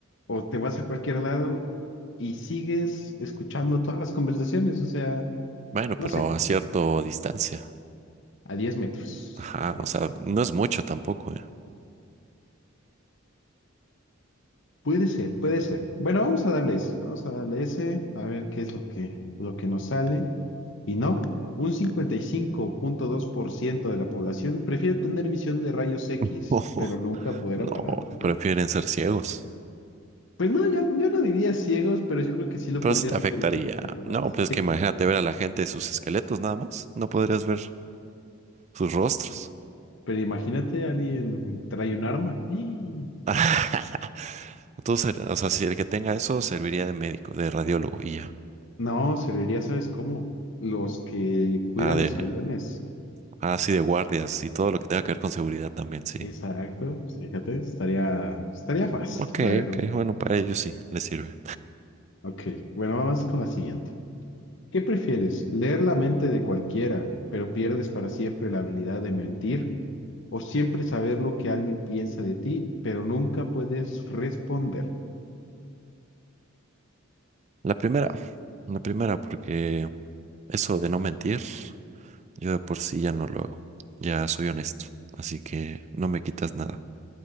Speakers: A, on the left; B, on the right.
A: o te vas a cualquier lado y sigues escuchando todas las conversaciones, o sea,
B: Bueno, pero
A: no sé,
B: a cierta distancia.
A: a 10 metros,
B: Ajá,
A: a 10
B: o sea,
A: metros.
B: no es mucho tampoco, ¿eh?
A: Puede ser, puede ser. Bueno, vamos a darle ese, vamos a darle ese, a ver qué es lo que, lo que nos sale. Y no, un cincuenta y cinco punto dos por ciento de la población prefiere tener visión de rayos
B: <laughs>
A: X,
B: no,
A: pero nunca poder
B: No,
A: apagarlo,
B: prefieren
A: ¿eh?
B: ser ciegos.
A: Pues no, yo, yo no diría ciegos, pero yo creo que sí lo
B: Pero
A: podrías
B: sí te afectaría.
A: utilizar un poco más.
B: No, pues es
A: Sí.
B: que imagínate ver a la gente sus esqueletos nada más. No podrías ver sus rostros.
A: Pero imagínate, alguien trae un arma. ¡Y!
B: <laughs> entonces o sea, si el que tenga eso serviría de médico, de radiólogo y ya.
A: No, serviría, ¿sabes cómo? Los que cuidan
B: Ah, de,
A: los aviones.
B: ah, sí, de guardias y todo lo que tenga que ver con seguridad también, sí.
A: Exacto, pues fíjate, estaría, estaría fácil,
B: Ok,
A: la verdad.
B: ok, bueno, para ellos sí, les sirve.
A: Ok, bueno, vamos con la siguiente. ¿Qué prefieres? ¿Leer la mente de cualquiera, pero pierdes para siempre la habilidad de mentir? ¿O siempre saber lo que alguien piensa de ti, pero nunca puedes responder?
B: La primera, la primera, porque eso de no mentir, yo de por sí ya no lo hago. Ya soy honesto, así que no me quitas nada.